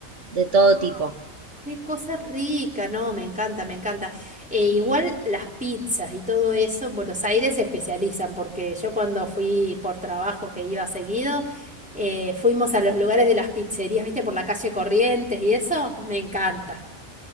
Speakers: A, on the right; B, in the centre.
A: de todo
B: ah.
A: tipo.
B: Qué cosa rica, no, me encanta, me encanta. Eh, igual las pizzas y todo eso en Buenos Aires se especializan, porque yo cuando fui por trabajo que iba seguido, eh, fuimos a los lugares de las pizzerías, viste, por la calle Corrientes y eso, me encanta.